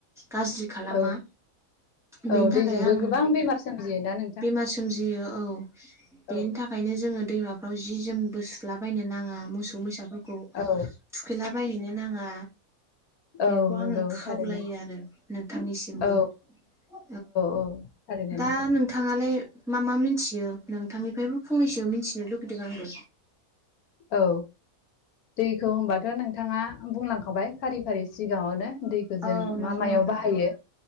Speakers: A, in the centre; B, on the left (about 85°).
A: गाज्रि खालामा
B: औ
A: बेनि
B: औ
A: थाखाय
B: दैजोंबो
A: आं
B: गोबां बेमार सोमजियोना नोंथां
A: बेमार सोमजियो औ बेनि
B: औ
A: थाखायनो जोङो दैमाफ्राव जि जोम बोसला बायनो नाङा मोसौ मैसाफोरखौ
B: औ
A: थुखैलाबायहैनो नाङा
B: औ
A: बेखौ
B: नंगौ
A: आङो खावलायो
B: थारैनो
A: आरो नोंथांनिसिमबो
B: औ
A: औ
B: औ थारैनो
A: दा
B: नोंथां
A: नों नोंथाङालाय मा मा मिथियो नोंथांनिफ्रायबो फंनैसो मिथिनो लुगैदों आंबो
B: औ दैखौ होनबाथ' नोंथाङा बुंलांखाबाय फारि फारि सिगाङावनो दैखौ जों
A: औ नंगौ
B: मा मायाव
A: नोंथां
B: बाहायो